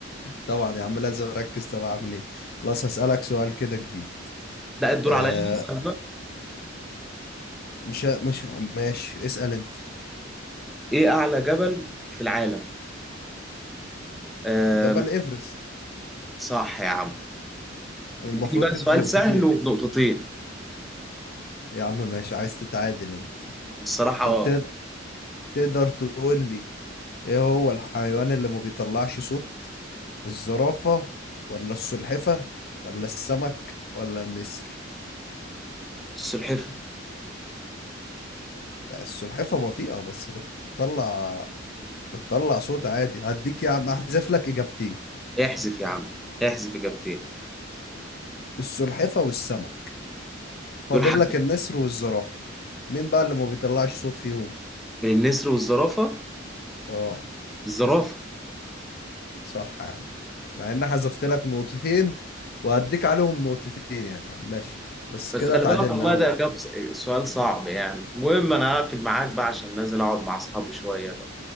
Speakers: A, on the left; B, in the centre.
A: طبعا يا عم لازم اركز طب اعمل ايه خلاص هسألك سؤال كده جديد
B: ده الدور
A: آه
B: عليا لسه بقى.
A: مش مش ماشي اسأل انت
B: ايه اعلى جبل في العالم آه
A: جبل ايفرست
B: صح يا عم
A: المفروض
B: اديني بقى
A: دي بنقطتين
B: سؤال سهل ونقطتين
A: يا عم ماشي عايز تتعادل انت
B: الصراحة
A: طب تقد- تقدر تقول لي ايه هو الحيوان اللي ما بيطلعش صوت الزرافة ولا السلحفة ولا السمك ولا النسر
B: السلحفة
A: السلحفة بطيئة بس بتطلع بتطلع صوت عادي هديك يا عم احذف لك اجابتين
B: احذف يا عم احذف إجابتين
A: السلحفة والسمك فاضل
B: دول حذف
A: لك النسر والزرافة مين بقى اللي ما بيطلعش صوت فيهم
B: من النسر والزرافة
A: اه
B: الزرافة
A: صح يا عم مع ان حذفت لك نقطتين وهديك عليهم نقطتين يا عم ماشي بس
B: بس
A: كده
B: خلي
A: تعادلنا
B: بالك والله
A: يلا
B: ده إجابة سؤال صعب يعني المهم أنا هقفل معاك بقى عشان نازل أقعد مع أصحابي شوية بقى